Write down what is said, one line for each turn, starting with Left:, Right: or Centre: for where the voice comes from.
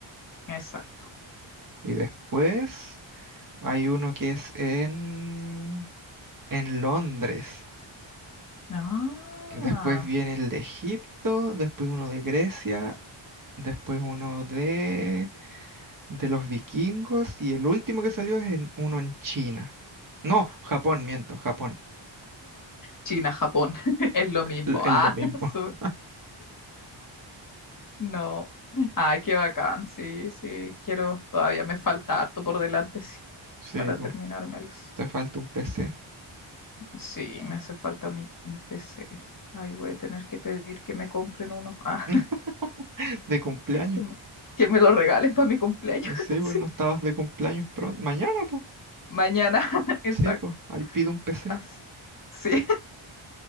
Left: Exacto.
Right: Y después hay uno que es en, en Londres.
Left: Ah,
Right: Y Después viene el de Egipto, después uno de Grecia, después uno de de los vikingos y el último que salió es en- uno en China. No, Japón, miento, Japón.
Left: China, Japón, <laughs> es lo mismo.
Right: L- es
Left: Ah,
Right: lo mismo.
Left: <laughs> sur.
Right: <laughs>
Left: No. Ah, qué bacán. Sí, sí, quiero. Todavía me falta harto por delante, sí,
Right: Sí,
Left: para
Right: pues,
Left: terminármelos.
Right: te falta un PC.
Left: Sí, me hace falta mi mi PC. Ahí voy a tener que pedir que me compren uno. Ah,
Right: <laughs> De cumpleaños.
Left: que me, que me lo regalen para mi cumpleaños.
Right: Sí,
Left: <laughs>
Right: pues,
Left: Sí.
Right: no estabas de cumpleaños pronto. Mañana, pues.
Left: Mañana, <laughs> exacto.
Right: Sí, pues, ahí pido un PC.
Left: Así. Sí.